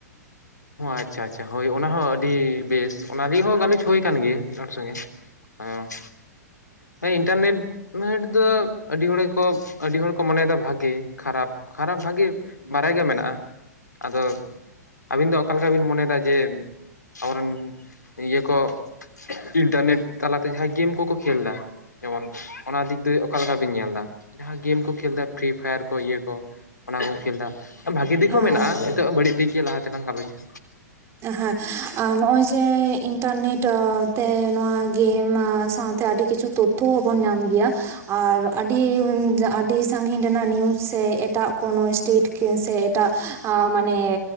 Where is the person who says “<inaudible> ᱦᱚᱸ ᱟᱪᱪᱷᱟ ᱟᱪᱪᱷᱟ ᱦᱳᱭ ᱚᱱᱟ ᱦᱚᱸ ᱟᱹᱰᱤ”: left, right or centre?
Left